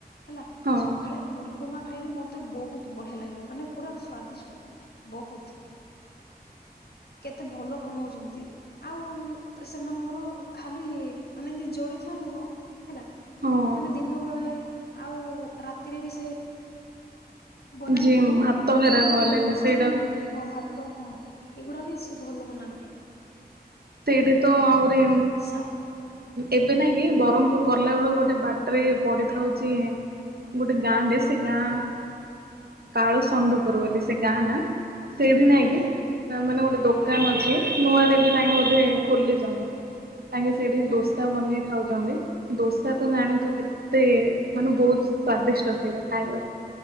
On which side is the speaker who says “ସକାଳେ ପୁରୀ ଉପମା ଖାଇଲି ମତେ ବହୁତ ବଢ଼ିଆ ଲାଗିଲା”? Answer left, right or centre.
Left